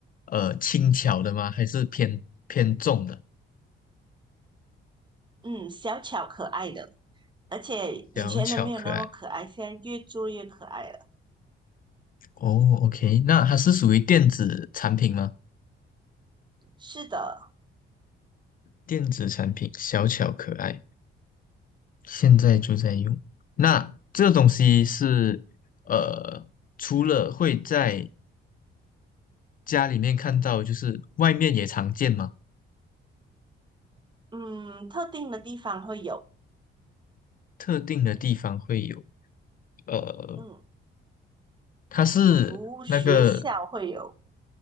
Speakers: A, on the left; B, on the right.
A: 呃轻巧的吗？还是偏偏重的？
B: 嗯，小巧可爱的，而且以前的没有那么可爱，
A: 小巧可爱。
B: 现在越做越可爱了。
A: 哦，OK，那它是属于电子产品吗？
B: 是的，
A: 电子产品小巧可爱，现在就在用。那这个东西是呃，除了会在家里面看到，就是外面也常见吗？
B: 嗯，特定的地方会有。
A: 特定的地方会有。呃，
B: 嗯，
A: 它是那个
B: 比如学校会有，